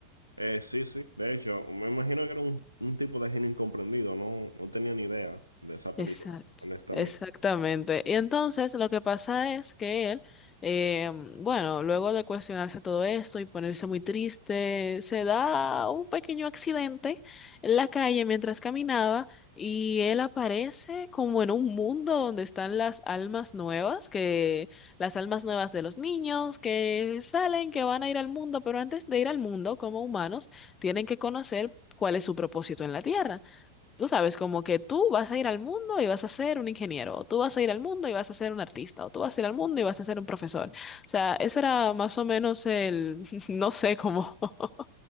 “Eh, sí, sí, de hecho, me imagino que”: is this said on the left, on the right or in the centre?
Right